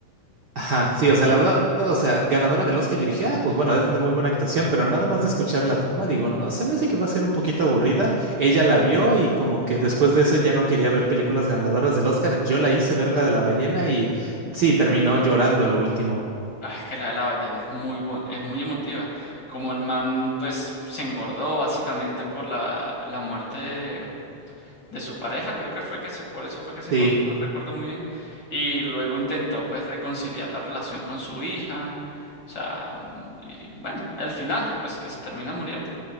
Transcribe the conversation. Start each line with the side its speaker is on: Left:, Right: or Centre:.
Right: Ajá, sí, o sea, la verdad, o sea, ganadora del Oscar, yo dije, ah, pues bueno, ha de tener muy buena actuación, pero nada más de escuchar la trama, digo, no, se me hace que va a ser un poquito aburrida. Ella la vio y como que después de eso ya no quería ver películas ganadoras del Oscar, yo la hice ver la de la ballena y sí, terminó llorando a lo último.
Left: Ah, es que la de la ballena es muy bon- es muy emotiva. Como el man, pues, se engordó básicamente por la, la muerte de su pareja, creo que fue que se, por eso fue que se
Right: Sí,
Left: engordó, no recuerdo muy bien. Y luego intentó, pues, reconciliar la relación con su hija. O sea, y bueno, el final, pues, que se termina muriendo.